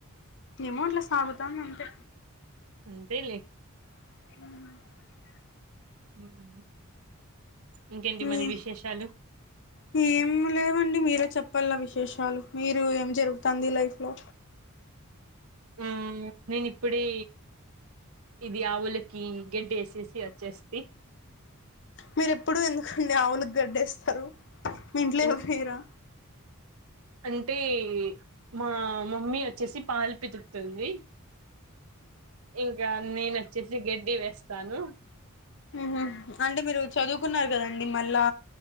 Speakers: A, on the left; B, on the right.
A: ఏమో అట్లా సాగుతాంది అంతే
B: అంతేలే
A: హ
B: <inaudible>
A: మీ
B: మరి విశేషాలు
A: ఏం లే అండి మీరే చెప్పాల విశేషాలు మీరు ఏం జరుగుతాంది లైఫ్ లో
B: మ్ నేను ఇప్పుడే ఇది ఆవులకి గడ్డి ఎసేసి జెస్తి
A: మీర ఎప్పుడు ఎందుకండి ఆవులకి గడ్డేస్తారు మీ ఇంట్లో
B: ఇన్-
A: ఎవరు వేయరా
B: అంటే మా మమ్మీ వచ్చేసి పాలు పితుకుతుంది ఇంకా నేనోచ్చేసి గడ్డి వేస్తాను
A: మ్ హు అంటే మీరు చదువుకున్న కదండి మళ్ళా